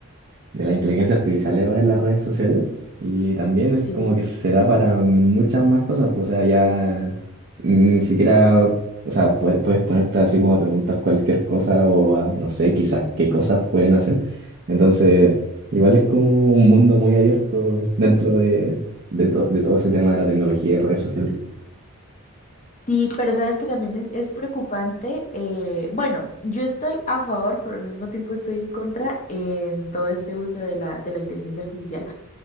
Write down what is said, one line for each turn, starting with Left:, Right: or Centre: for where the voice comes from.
Right: de la inteligencia artificial ahora en las redes sociales y también es
Left: sí.
Right: como que se da para muchas más cosas, pues, o sea, ya ni siquiera, o sea, puedes, puedes ponerte así como a preguntar cualquier cosa o a, no sé, quizás qué cosas pueden hacer. Entonces, igual es como un mundo muy abierto dentro de, de, to- de todo ese tema de la tecnología y redes sociales.
Left: Sí, pero sabes que también es, es preocupante. eh, bueno, yo estoy a favor, pero al mismo tiempo estoy en contra en todo este uso de la, de la inteligencia artificial.